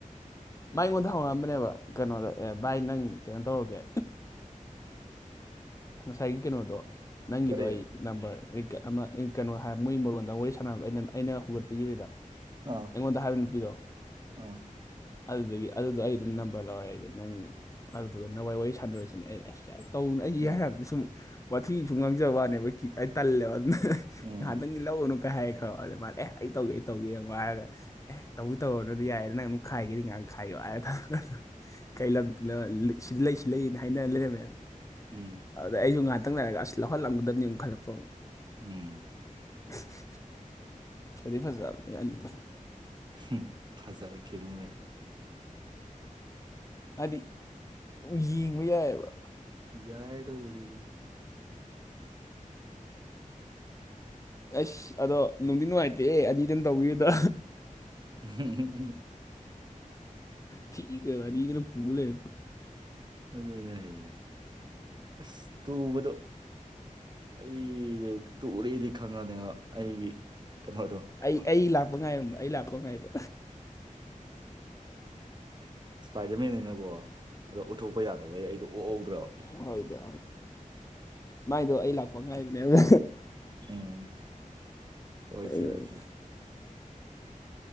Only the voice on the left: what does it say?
ꯃꯥꯏꯉꯣꯟꯗ ꯍꯧꯔꯛꯑꯝꯕꯅꯦꯕ ꯀꯩꯅꯣꯗ ꯑꯦ ꯚꯥꯏ ꯅꯪ ꯀꯩꯅꯣ ꯇꯧꯔꯒꯦ ꯉꯁꯥꯏꯒꯤ ꯀꯩꯅꯣꯗꯣ ꯅꯪꯒꯤꯗꯣ
ꯑꯩ ꯅꯝꯕꯔ ꯑꯃ ꯀꯩꯅꯣ ꯍꯥꯏ ꯃꯣꯏ ꯃꯔꯣꯟꯗ ꯋꯥꯔꯤ ꯁꯥꯟꯅꯕꯗꯣ ꯑꯩꯅ ꯑꯩꯅ ꯍꯧꯒꯠꯄꯤꯈꯤꯕꯗ
ꯑꯩꯉꯣꯟꯗ ꯍꯥꯏꯕ ꯅꯨꯄꯤꯗꯣ
ꯑꯗꯨꯗꯒꯤ ꯑꯗꯨꯗꯣ ꯑꯩ ꯑꯗꯨꯝ ꯅꯝꯕꯔ ꯂꯧꯔꯛꯑꯒꯦ ꯅꯪ ꯑꯗꯨꯗꯨꯒ ꯅ ꯋꯥꯔꯤꯏ ꯋꯥꯔꯤ ꯁꯥꯟꯅꯔꯁꯤꯅꯦ ꯑꯩ ꯑꯦꯁ ꯇꯧꯅ ꯑꯩꯁꯦ
ꯍꯥꯏꯔꯅ ꯁꯨꯝ ꯋꯥꯊꯤꯁꯨ ꯉꯥꯡꯖꯕꯅꯦꯕ ꯀꯤ ꯑꯩ ꯇꯜꯂꯦꯕ ꯑꯗꯨꯅ
ꯉꯥꯏꯍꯥꯛꯇꯪꯗꯤ ꯂꯧꯒꯅꯨ ꯀꯩ ꯍꯥꯏꯔꯦ ꯈꯥꯑꯕꯥ ꯑꯗꯨꯗ ꯃꯥ ꯑꯦ ꯑꯩ ꯇꯧꯒꯦ ꯑꯩ ꯇꯧꯒꯦ ꯌꯦꯡꯑꯣ ꯍꯥꯏꯔꯒ ꯑꯦ ꯇꯧꯗꯤ ꯇꯧꯔꯅꯨ ꯌꯥꯏꯌꯦ ꯅꯪ ꯑꯗꯨꯝ ꯈꯥꯏꯒꯦꯗꯤ ꯉꯥꯏꯍ ꯈꯥꯏꯌ ꯍꯥꯏꯔ ꯀꯩ ꯂꯝ ꯁꯤꯗ ꯂꯩ ꯁꯤ ꯂꯩꯅ ꯍꯥꯏꯅ ꯂꯩꯔꯝꯃꯦꯕ
ꯑꯗꯩ ꯑꯩꯁꯨ ꯉꯥꯍꯛꯇꯪ ꯂꯩꯔꯒ ꯑꯁ ꯂꯧꯍꯜꯂꯝꯒꯗꯕꯅꯦ‌ ꯈꯜꯂꯄꯨ
<unintelligible> ꯐꯗꯤ ꯐꯖꯥꯕꯅꯤꯍꯦ ꯑꯅꯤꯗꯣ
ꯍꯥꯏꯗꯤ ꯌꯦꯡꯕ ꯌꯥꯏꯑꯕ
ꯑꯁ ꯑꯗꯣ ꯅꯨꯡꯗꯤ ꯅꯨꯡꯉꯥꯏꯇꯦꯍꯦ ꯑꯅꯤꯗꯨꯅ ꯇꯧꯕꯤꯔꯤꯗꯣ
ꯊꯤ ꯇꯔꯕ ꯑꯅꯤꯗꯨꯅ ꯄꯨ ꯂꯩꯔꯝꯃꯤ
ꯑꯩ ꯑꯩ ꯂꯥꯛꯄ ꯉꯥꯏꯔꯝꯕ ꯑꯩ ꯂꯥꯛꯄ ꯉꯥꯏꯕ
ꯍꯣꯏꯗ ꯃꯥꯏꯗꯣ ꯑꯩ ꯂꯥꯛꯄ ꯉꯥꯏꯕꯅꯦꯕ
ꯑꯩꯉ
ꯎ